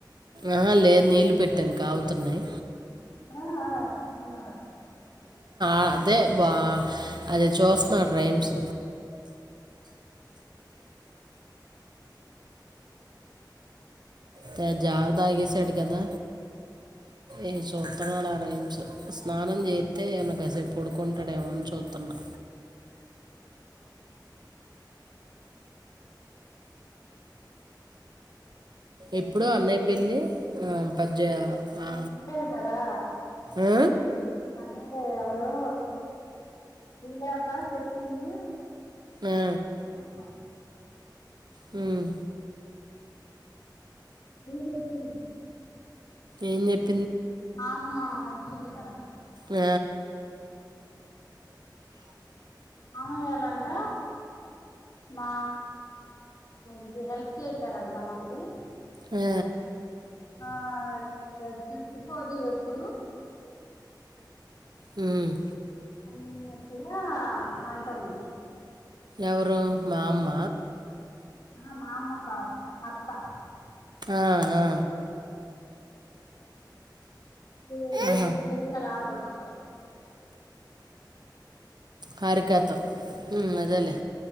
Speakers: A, on the right (about 65°); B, on the left (about 55°).
A: ఆ లేదు నీళ్ళు పెట్టాను కాగుతున్నాయ్
B: <unintelligible>
A: అదే బా అది చూస్తున్నాడు రైమ్స్ త జవ తాగేసాడు కదా ఏ సూత్తన్నాడ ఆ రైమ్స్ స్నానం చేయిత్తే ఏమన్నా కాసేపు పడుకుంటాడేమోని చూస్తున్నా ఎప్పుడు అన్నయ్య పెళ్ళి ఆ, పద్ద ఆ,
B: ఉండరు కదా
A: ఆ?
B: అ మరి ఎవరో సుజాత చెప్పింది
A: ఆ,
B: చెప్పాలి
A: హ్మ్
B: మీకు చెప్పింది
A: ఏంచేప్
B: మామ్మ వచ్చింది కదా
A: ఆ,
B: మామయ్యాలంట మా ఇది హెల్ప్ చేసారంట మనకి
A: ఆ,
B: ఆ ఎ చెప్పుకోదు ఎప్పుడు
A: హ్మ్
B: అన్నట్టుగా అంటుంది
A: ఎవరు మామ్మ
B: ఆ మామ్మ కాదు అత్తా
A: ఆ ఆ
B: ఇ
A: ఆహా,
B: చెల్లెలా ఆడ పడుచకో
A: హారికాతో హ్మ్ అదేలేే